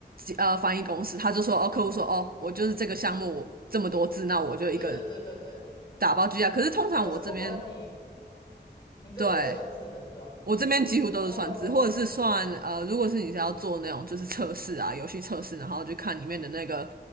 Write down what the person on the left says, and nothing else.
对对对对对，
他就是不管你，你这边是算字的是吧？
哦